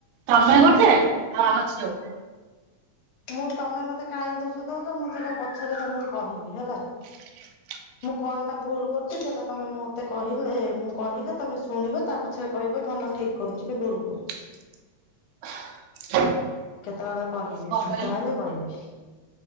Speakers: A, on the right; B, on the left.
A: ତମେ ଗୋଟେ ଆଉ ଆମ ଝିଅ ଗୋଟେ।
B: ମୁଁ ତମେ ମତେ କାଇଁ ଦୋଷ ଦୋଉଛ ମୁଁ ସେଇଟା ପଛରେ ତମକୁ କହିବି ହେଲା।
A: <unintelligible>
B: ମୁଁ କଣ ଟା ଭୁଲ କରୁ ସେଇଟା ତମେ ମତେ କହିଲେ ମୁଁ କହିଲେ ତମେ ଶୁଣିବ ତାପଛରେ କହିବ ଧନ ଠିକ କରୁଛି କି ଭୁଲ କରୁଛି।
A: <inaudible>
B: କେତେବେଳେ କହିବି
A: ଗୋଟେ।
B: ଫାଙ୍କା ହେଲେ କହିବି।